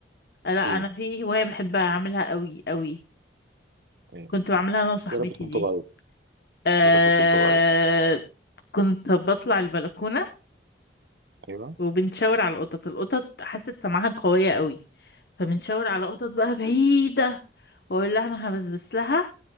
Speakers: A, on the left (about 55°); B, on the right (about 65°).
A: لا
B: ايه
A: انا في هوايه بحب اعملها قوي قوي
B: ايه
A: كنت بعملها انا وصاحبتي
B: يا رب تكون
A: دي
B: طبيعيه
A: أه
B: يا رب تكون طبيعيه
A: كنت بطلع البلكونه
B: ايوه
A: وبنشاور على القطط القطط حاسه سمعها قويه قوي فبنشاور على قطط بقى بعيده واقول لها انا هبسبس لها